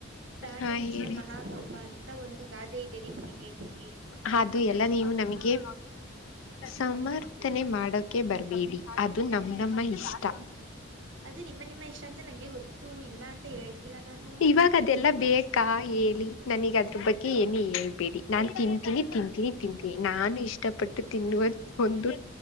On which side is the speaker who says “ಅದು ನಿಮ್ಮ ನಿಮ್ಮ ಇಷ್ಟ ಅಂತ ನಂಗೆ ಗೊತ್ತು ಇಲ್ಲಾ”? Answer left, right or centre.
Right